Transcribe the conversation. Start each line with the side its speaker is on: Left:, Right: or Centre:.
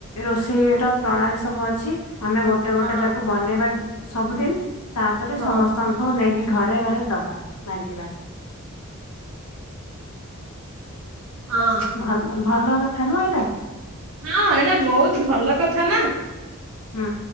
Left: ରୋଷେଇ ର ପ୍ରଣାଳୀ ସବୁ ଅଛି ଆମେ ଗୋଟେ ଗୋଟେ
Right: ହଁ
Left: ତାକୁ ବନେଇବା ସବୁଦିନ ତାପରେ
Right: ହଁ
Left: ସମସ୍ତଙ୍କୁ ନେଇକି ଘର୍ ଘରେ ଘରେ ଦବା ବାଣ୍ଟିବା।
Right: ହଁ
Left: ଭଲ ଭଲ କଥା ନୁହଁ ଏଇଟା?
Right: ହଁ ଏଇଟା ବହୁତ ଭଲ କଥା ନା
Left: ହୁଁ